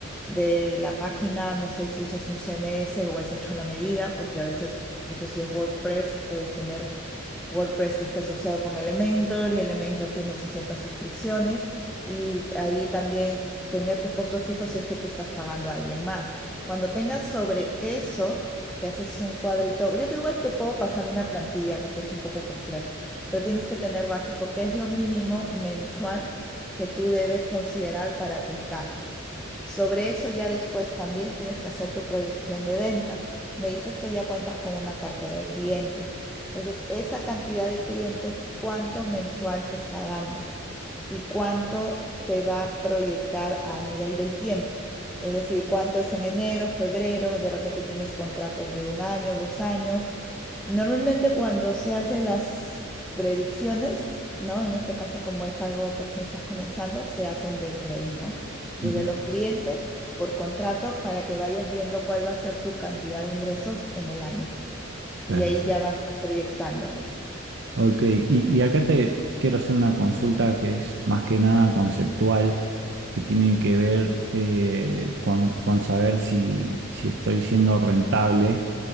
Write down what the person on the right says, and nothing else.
Ujú.
Perfecto.
Ok, y, y acá te quiero hacer una consulta que es más que nada conceptual, que tiene que ver eh, con, con saber si, si estoy siendo rentable